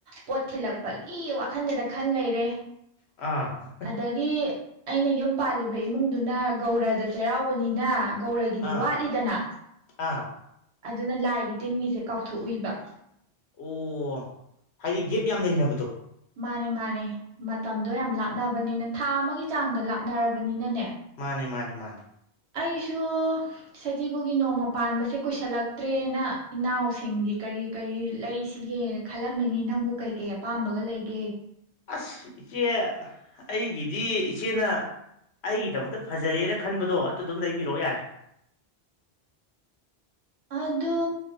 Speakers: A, on the right; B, on the left.
A: ꯄꯣꯠ ꯊꯤꯜꯂꯛ <unintelligible> ꯋꯥꯈꯟꯗꯗ ꯈꯟ ꯂꯩꯔꯦ
B: ꯑꯥ
A: ꯑꯗꯒꯤ ꯑꯩꯅ ꯌꯨꯝ ꯄꯥꯜꯂꯤ ꯏꯃꯨꯡꯗꯨꯅ ꯒꯧꯔꯗ ꯆꯩꯔꯥꯎꯕꯅꯤꯅ ꯒꯧꯔꯥ ꯒꯤꯗꯤ
B: ꯑꯥ
A: ꯋꯥꯠ ꯀꯅꯥ
B: ꯑꯥ
A: ꯑꯗꯨꯅ ꯂꯥꯏꯒꯤ ꯇꯤꯟꯒꯤꯁꯦ ꯀꯥꯎꯊꯣꯛꯎꯏꯕ
B: ꯑꯣ ꯍꯥꯏꯗꯤ ꯒꯦꯞ ꯌꯥꯝ ꯂꯩꯅꯕꯗꯣ
A: ꯃꯥꯅꯦ ꯃꯥꯅꯦ ꯃꯇꯝꯗꯣ ꯌꯥꯝ ꯂꯥꯞꯅꯕꯅꯤꯅ ꯊꯥ ꯑꯃꯒꯤ ꯆꯥꯡꯗ ꯂꯥꯞꯅꯔꯛ ꯅꯣꯏꯅꯤꯅꯅꯦ
B: ꯃꯥꯅꯤ ꯃꯥꯅꯤ ꯃꯥꯅꯤ
A: ꯑꯩꯁꯨ ꯁꯖꯤꯕꯨꯒꯤ ꯅꯣꯡꯃ ꯄꯥꯟꯕꯁꯦ ꯀꯨꯏꯁꯜꯂꯛꯇ꯭ꯔꯦꯅ ꯏꯅꯥꯎꯁꯤꯡꯒꯤ ꯀꯔꯤ ꯀꯔꯤ ꯂꯩꯁꯤꯒꯦꯅ ꯈꯜꯂꯝꯃꯤꯅꯤ ꯅꯪꯕꯨ ꯀꯩꯀꯩ ꯑꯄꯥꯝꯕꯒ ꯂꯩꯒꯦ
B: ꯑꯁ ꯏꯆꯦ ꯑꯩꯒꯤꯗꯤ ꯏꯆꯦꯅ ꯑꯩꯒꯤꯗꯃꯛꯇ ꯐꯖꯔꯦꯅ ꯈꯟꯕꯗꯣ ꯑꯗꯨꯗꯨꯝ ꯂꯩꯕꯤꯔꯛꯑꯣ ꯌꯥꯔꯦ
A: ꯑꯗꯨ